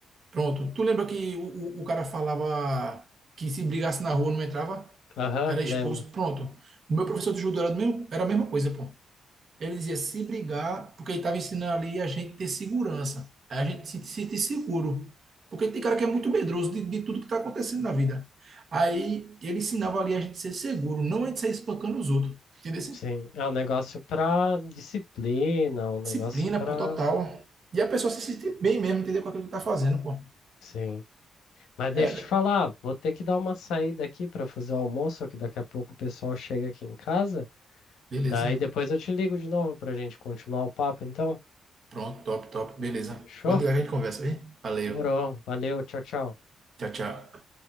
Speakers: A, on the right; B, on the left.
A: Pronto. Tu lembra que o, o, o cara falava que se brigasse na rua não entrava?
B: Aham,
A: Era
B: lembro.
A: expulso. Pronto. O meu professor de judô era, do mesmo, era a mesma coisa, pô. Ele dizia se brigar, porque ele estava ensinando ali a gente ter segurança. A gente se se sentir seguro. Porque tem cara que é muito medroso de, de tudo que está acontecendo na vida. Aí ele ensinava ali a gente ser seguro, não a gente sair espancando os outros. Entendeu? assim?
B: Sim, é um negócio pra disciplina, um negócio
A: Disciplina,
B: pra.
A: pô, total. E a pessoa se sentir bem mesmo, entender com aquilo que tá fazendo, pô.
B: Sim. Mas deixa
A: É,
B: eu te falar, vou ter que dar uma saída aqui para fazer o almoço, que daqui a pouco o pessoal chega aqui em casa.
A: beleza.
B: Daí depois eu te ligo de novo para a gente continuar o papo, então.
A: Pronto, top, top, beleza.
B: Fechou?
A: Pode ligar que a gente conversa aí. Valeu.
B: Morou. Valeu, tchau, tchau.
A: Tchau, tchau.